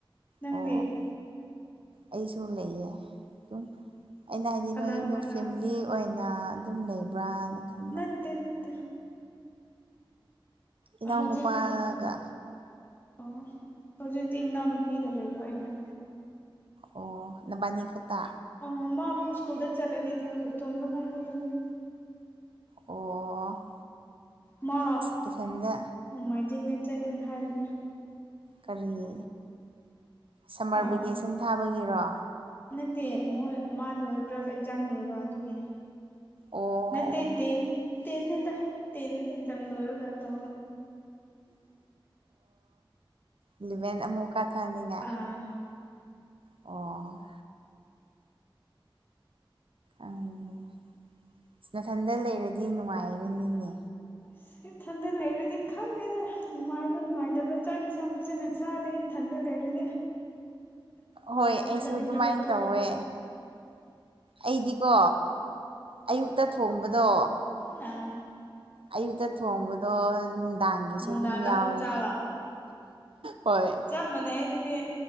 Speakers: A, on the left (about 25°); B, on the right (about 85°).
A: ꯅꯪꯗꯤꯦ
B: ꯑꯣ ꯑꯩꯁꯨ ꯂꯩꯌꯦ ꯁꯨꯝ ꯑꯩꯅ ꯍꯥꯏꯗꯤ
A: ꯀꯅꯥ
B: ꯅꯣꯏꯗ
A: ꯀꯅꯥꯒ
B: ꯐꯦꯃꯤꯂꯤ ꯑꯣꯏꯅ ꯑꯗꯨꯝ ꯂꯩꯕ꯭ꯔꯥꯅ ꯈꯟ
A: ꯅꯠꯇꯦ ꯅꯠꯇꯦ
B: ꯏꯅꯥꯎ
A: ꯍꯧꯖꯤꯛ
B: ꯅꯨꯨꯄꯥꯒ
A: ꯑꯣ ꯍꯧꯖꯤꯛꯇꯤ ꯏꯅꯥꯎꯅꯨꯄꯤꯒ ꯂꯩꯕ ꯑꯩꯅ
B: ꯑꯣ ꯅꯕꯥꯅꯤ ꯈꯇꯥ
A: ꯑ ꯃꯥꯃꯨꯛ ꯁ꯭ꯀꯨꯜꯗ ꯆꯠꯂꯗꯤꯗꯤ ꯏꯇꯣꯝꯇ ꯉꯥꯏꯍꯧꯗꯧꯅꯤ
B: ꯑꯣ
A: ꯃꯥ
B: ꯇꯨꯏꯁꯟꯗ
A: ꯅꯣꯡꯃꯥꯏꯖꯤꯡ ꯅꯦꯠꯆꯒꯅꯤ ꯍꯥꯏꯕꯅꯦ
B: ꯀꯔꯤ ꯁꯝꯃꯔ
A: ꯑꯥ
B: ꯚꯦꯀꯦꯁꯟ ꯊꯥꯕꯒꯤꯔꯣ
A: ꯅꯠꯇꯦ ꯃꯣꯏ ꯃꯥꯗꯣ ꯇ꯭ꯋꯦꯜꯐ ꯑꯦꯛꯖꯥꯝ ꯂꯣꯏꯕ ꯑꯗꯨꯒꯤ
B: ꯑꯣ
A: ꯅ ꯇ ꯇ ꯅ ꯇ ꯑꯦꯛꯖꯥꯝ ꯂꯔꯣꯒ ꯇ
B: ꯏꯂꯤꯚꯦꯟ ꯑꯃꯨꯛ ꯀꯥꯊꯍꯟꯅꯤꯡꯉꯥꯏ
A: ꯑꯥ
B: ꯑꯣ ꯎꯝ ꯑ ꯅꯥꯀꯟꯗ ꯂꯩꯔꯗꯤ ꯅꯨꯡꯉꯥꯏꯔꯅꯤꯅꯦ
A: ꯑꯁ ꯏꯊꯟꯗ ꯂꯩꯔꯨꯗꯤ ꯈꯪꯗꯦꯗ ꯅꯨꯡꯉꯥꯏꯕ꯭ꯔꯥ ꯅꯨꯡꯉꯥꯏꯇꯕ꯭ꯔꯥ ꯆꯥꯛ ꯏꯟꯁꯥꯡ ꯐꯖꯟꯅꯁꯤꯦ ꯆꯥꯗꯩ ꯈꯟꯗ ꯂꯩꯔ
B: ꯍꯣꯏ ꯑꯩꯁꯨ
A: ꯆꯥꯅꯤꯡꯗ꯭ꯔꯒ
B: ꯑꯗꯨꯃꯥꯏꯅ
A: ꯇꯣꯛꯄ
B: ꯇꯧꯋꯦ ꯑꯩꯗꯤꯀꯣ ꯑꯌꯨꯛꯇ ꯊꯣꯡꯕꯗꯣ
A: ꯑꯥ
B: ꯑꯌꯨꯛꯇ ꯊꯣꯡꯕꯗꯣ ꯅꯨꯡꯗꯥꯡꯒꯤꯁꯨ
A: ꯅꯨꯡꯗꯥꯡꯗ
B: ꯑꯗꯨꯝ ꯌꯥꯎꯔꯦ
A: ꯑꯃꯨꯛ ꯆꯥꯕ
B: ꯍꯣꯏ
A: ꯆꯞ ꯃꯥꯟꯅꯩ ꯑꯗꯨꯗꯤ